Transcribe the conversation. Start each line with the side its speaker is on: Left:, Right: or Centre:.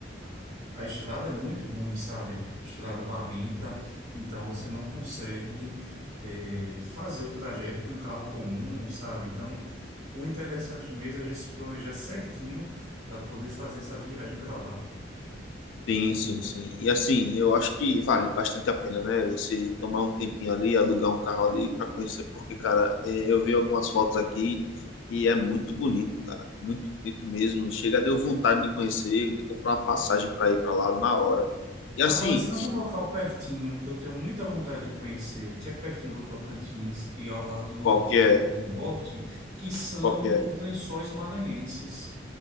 Right: a, a estrada é muito ruim, sabe? Estrada barrenta, então você não consegue eh, fazer o trajeto com um carro comum, sabe? Então, o interessante mesmo é a gente se planejar certinho para poder fazer essa viagem para lá.
Left: Sim, sim, sim. E assim, eu acho que vale bastante a pena, né? Você tomar um tempinho ali, alugar um carro ali para conhecer, porque, cara, é, eu vi algumas fotos aqui e é muito bonito, cara. Muito bonito mesmo. Chega, deu vontade de conhecer, de comprar uma passagem para ir para lá na hora. E assim,
Right: Agora, sabe um local pertinho que eu tenho muita vontade de conhecer, que é pertinho do Tocantins e ao lado do,
Left: qual que é?
Right: do norte, que são
Left: Qual que é?
Right: os Lençóis Maranhenses.